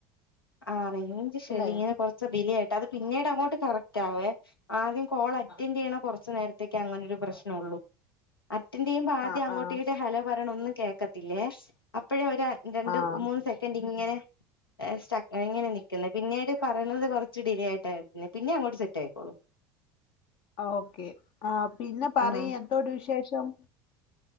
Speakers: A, on the left (about 85°); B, on the left (about 45°).
A: ആ റെയ് റെഞ്ച് ഇഷ്യൂ
B: അല്ലെ
A: ല്ല ഇങ്ങനെ കൊറച്ച് ഡിലെയാ അത് പിന്നീടങ്ങോട്ട് കറക്റ്റാവേ ആദ്യം കോൾ അറ്റൻഡ് ചെയ്യണ കൊറച്ച് നേരത്തേക്ക് അങ്ങനൊരു പ്രശ്നൊള്ളൂ അറ്റൻഡ് ചെയ്യുമ്പ ആദ്യം
B: ആഹ്
A: അങ്ങോട്ടീങ്ങോട്ട്
B: ആഹ്
A: ഹലോ പറയണ ഒന്നും കേ ട്ടില്ലേ അപ്പോഴെ ഒരു രണ്ട്
B: ആഹ്
A: മൂന്ന് സെക്കൻഡ് ഇങ്ങനെ ഏ സ്റ്റ ഇങ്ങനെ നിക്കുന്ന് പിന്നീട് പറയണത് കൊറച്ച് ഡിലേ ആയിട്ടായിരുന്നെ പിന്നെ അങ്ങോട്ട് സെറ്റ് ആയിക്കോളും
B: ഓക്കെ ആ പിന്നെ പറയ്
A: ആഹ്
B: എന്തോ ണ്ട് വിശേ ഷം